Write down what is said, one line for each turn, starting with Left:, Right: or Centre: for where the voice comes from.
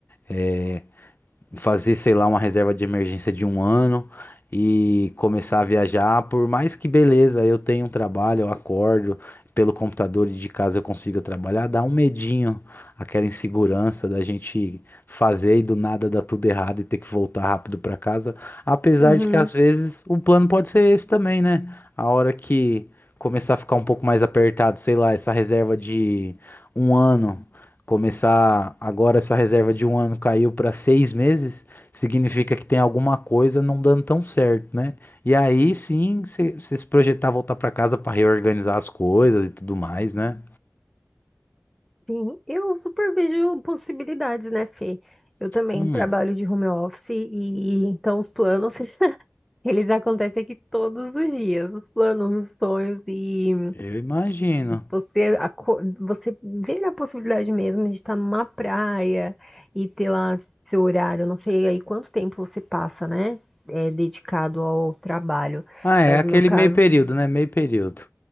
Left: é, fazer, sei lá, uma reserva de emergência de um ano e começar a viajar, por mais que beleza, eu tenho um trabalho, eu acordo pelo computador e de casa eu consiga trabalhar, dá um medinho, aquela insegurança da gente fazer e do nada dar tudo errado e ter que voltar rápido para casa, apesar
Centre: Uhum.
Left: de que às vezes o plano pode ser esse também, né? A hora que começar a ficar um pouco mais apertado, sei lá, essa reserva de um ano Começar agora essa reserva de um ano caiu para seis meses, significa que tem alguma coisa não dando tão certo, né? E aí sim, você se projetar voltar para casa para reorganizar as coisas e tudo mais, né?
Centre: Sim, eu super vejo possibilidades, né, Fê? Eu também
Left: Hum,
Centre: trabalho de home office e então os planos, <laughs> eles acontecem aqui todos os dias, os planos, os sonhos e
Left: eu imagino.
Centre: você, aco- você vê a possibilidade mesmo de estar numa praia e ter lá seu horário, Eu não sei aí quanto tempo você passa, né, é, dedicado ao trabalho,
Left: Ah, é
Centre: mas
Left: aquele
Centre: no meu caso
Left: meio período, né? Meio período.